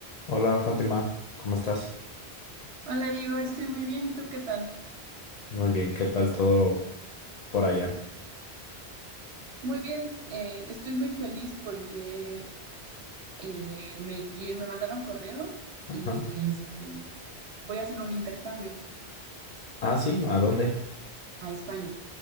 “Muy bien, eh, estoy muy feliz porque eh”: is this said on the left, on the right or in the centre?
Right